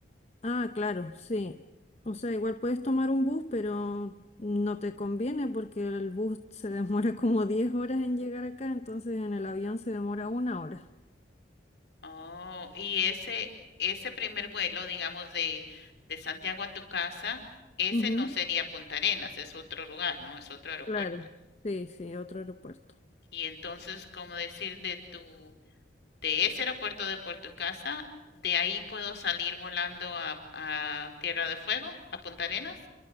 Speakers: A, on the left; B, on the left.
A: Ah, claro, sí. O sea, igual puedes tomar un bus, pero no te conviene porque el bus se demora <laughs> como 10 horas en llegar acá, entonces en el avión se demora una hora.
B: Oh, y ese ese primer vuelo, digamos de de Santiago a tu casa, ese
A: Ujú,
B: no sería Punta Arenas, es otro lugar, ¿no? Es otro aeropuerto.
A: Claro, sí, sí, otro aeropuerto.
B: Y entonces, como decir de tu de ese aeropuerto de Puerto Casa, de ahí puedo salir volando a, a Tierra de Fuego, a Punta Arenas.